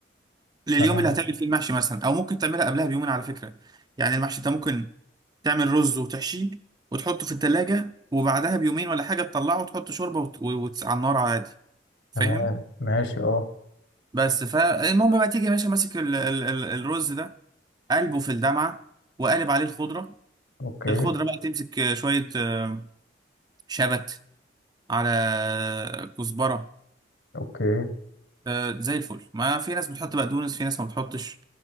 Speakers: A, on the right (about 20°); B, on the left (about 70°).
A: لليوم
B: تمام
A: اللي هتعمل فيه المحشي مثلا او ممكن تعملها قبلها بيومين على فكرة يعني المحشي انت ممكن تعمل رز وتحشيه وتحطه في التلاجة وبعدها بيومين ولا حاجة تطلعه وتحط شوربة وت... وت... على النار عادي فاهم
B: تمام ماشي اه
A: بس فالمهم بقى تيجي يا باشا ماسك ال ال ال الرز ده قلبه في الدمعه وقالب عليه الخضره
B: اوكي
A: الخضره بقى تمسك آه، شويه آه، شبت على آه، كزبره
B: اوكي
A: آه، زي الفل ما في ناس بتحط بقدونس في ناس ما بتحطش